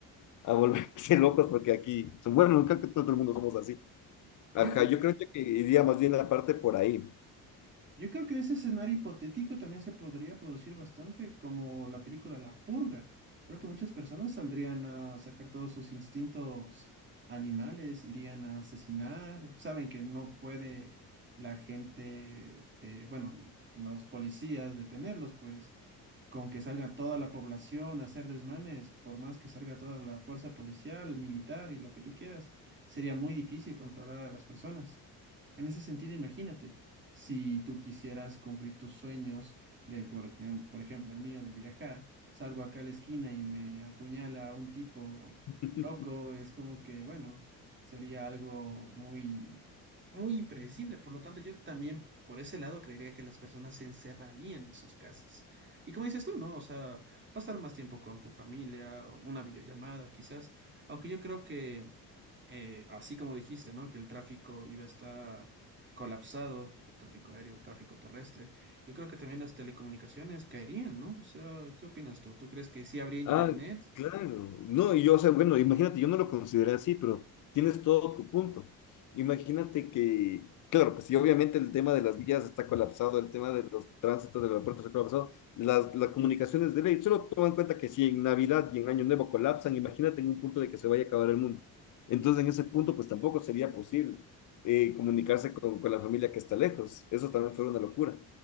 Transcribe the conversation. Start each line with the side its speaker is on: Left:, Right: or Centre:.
Left: a volverse <laughs> locos, porque aquí, bueno, nunca que todo el mundo somos así. Ajá,
Right: Yo, cre-
Left: yo creo que iría más bien la parte por ahí.
Right: Yo creo que en ese escenario hipotético también se podría producir bastante, como la película La Purga. Creo que muchas personas saldrían a sacar todos sus instintos animales, irían a asesinar. Saben que no puede la gente, eh, bueno, los policías detenerlos, pues con que salga toda la población a hacer desmanes, por más que salga toda la fuerza policial, militar y lo que tú quieras, sería muy difícil controlar a las personas. En ese sentido, imagínate. Si tú quisieras cumplir tus sueños de, por ejem- por ejemplo, el mío de viajar, salgo acá a la esquina y me apuñala un tipo
Left: <laughs>
Right: loco, es como que, bueno, sería algo muy, muy impredecible. Por lo tanto, yo también por ese lado creería que las personas se encerrarían en sus casas. Y como dices tú, ¿no? O sea, pasar más tiempo con tu familia, o una videollamada quizás, aunque yo creo que, eh, así como dijiste, ¿no? Que el tráfico iba a estar colapsado, el tráfico aéreo, tráfico terrestre. Yo creo que también las telecomunicaciones caerían, ¿no? O sea, ¿qué opinas tú? ¿Tú crees que sí habría internet?
Left: Ah, claro. No, y yo, o sea, bueno, imagínate, yo no lo consideré así, pero tienes todo tu punto. Imagínate que, claro, pues si obviamente el tema de las vías está colapsado, el tema de los tránsitos del aeropuerto está colapsado, las, las comunicaciones de ley, solo toma en cuenta que si en Navidad y en Año Nuevo colapsan, imagínate en un punto de que se vaya a acabar el mundo. Entonces, en ese punto, pues tampoco sería posible eh, comunicarse con, con la familia que está lejos. Eso también fue una locura.